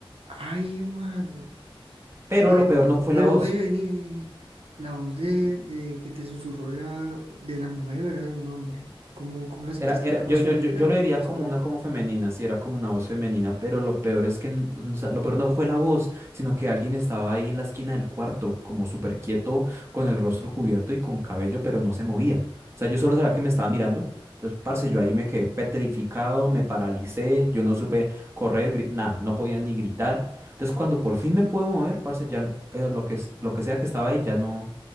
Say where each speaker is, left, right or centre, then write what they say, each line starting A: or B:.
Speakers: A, on the right (about 85°); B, on the right (about 25°).
A: Ay, mano.
B: Pero
A: Ve,
B: lo peor no fue
A: pero
B: la voz.
A: ve, vení, vení, vení. La voz de, de que te susurró era de la mujer, era de un hombre. ¿Cómo, cómo la sentiste?
B: Era, era,
A: ¿Una
B: yo,
A: voz
B: yo,
A: femenina
B: yo, yo
A: o
B: lo diría
A: masculina?
B: como una como femenina, sí, era como una voz femenina, pero lo peor es que, n- o sea, lo peor no fue la voz, sino que alguien estaba ahí en la esquina del cuarto, como súper quieto, con el rostro cubierto y con cabello, pero no se movía. O sea, yo solo sabía que me estaba mirando. Entonces, parce, yo ahí me quedé petrificado, me paralicé, yo no supe correr, gri- nada, no podía ni gritar. Entonces, cuando por fin me pude mover, parce, ya eh, lo que, es- lo que sea que estaba ahí ya no,